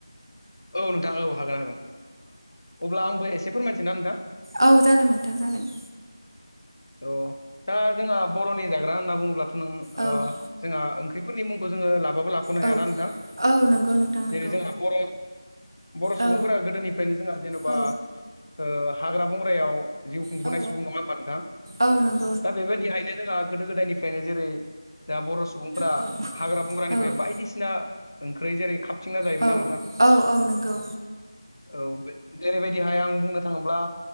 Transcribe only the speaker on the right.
औ जागोन नोंथां जागोन।
औ
औ
औ नंगौ नोंथां नंगौ
औ
औ
औ
औ नों
औ
औ
औ
औ औ नंगौ